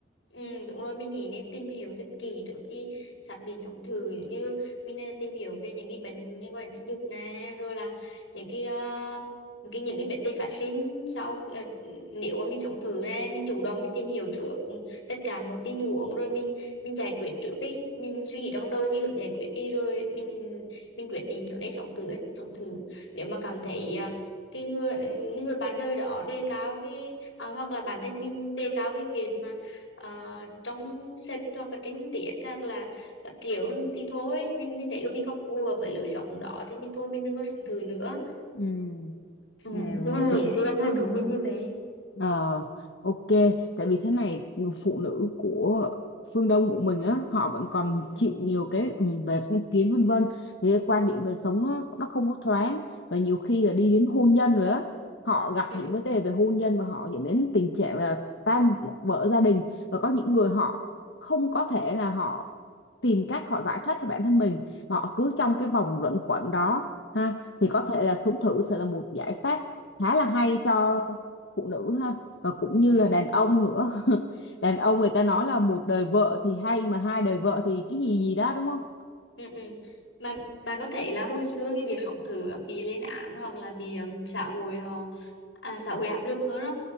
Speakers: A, on the left; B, on the left.
A: Ừ, đúng rồi mình nghĩ nên tìm hiểu thật kỹ trước khi xác định sống thử giống như mình ờ, tìm hiểu về những cái bệnh liên quan đến tình dục nè rồi là những cái ờ, những cái những cái vấn đề phát sinh sau ờ, nếu mà mình sống thử nè mình chủ động mình tìm hiểu trước ừ, tất cả mọi tình huống rồi mình mình giải quyết trước đi mình suy nghĩ trong đầu cái hướng giải quyết đi rồi mình mình quyết định có nên sống thử hay không sống thử nếu mà cảm thấy ờ, cái người ừ, người bạn đời đó đề cao cái à, hoặc là bản thân mình đề cao cái việc mà ờ, trong sách hoặc là trinh tiết hoặc là các kiểu thì thôi mình mình thấy tụi mình không phù hợp với lối sống đó thì mình thôi mình đừng có sống thử nữa
B: Ừ,
A: Ừ,
B: à, rồi
A: thì mình nghĩ góc nhìn của mình như vậy.
B: Ờ, ok, tại vì thế này người phụ nữ của phương Đông của mình á, họ vẫn còn
A: ừ
B: chịu nhiều cái ừ, về phong kiến vân vân, thì cái quan điểm về sống nó, nó không có thoáng và nhiều khi là đi đến hôn nhân rồi á, họ gặp
A: ừ
B: những vấn đề về hôn nhân và họ dẫn đến tình trạng là tan vỡ gia đình và có những người họ không có thể là họ tìm cách họ giải thoát cho bản thân mình mà họ cứ trong cái vòng luẩn quẩn đó ha thì
A: ừ
B: có thể là sống thử sẽ là một giải pháp khá là hay cho
A: ừ
B: phụ nữ ha và cũng như
A: ừ
B: là đàn ông nữa <laughs> đàn ông người ta nói là một đời vợ thì hay mà hai đời vợ thì cái gì gì đó đúng không
A: Ừ, ừ. Mà bạn có thể là hồi xưa cái việc sống thử bị lên án hoặc là bị um, xã hội họ à, xã hội áp lực hơn đó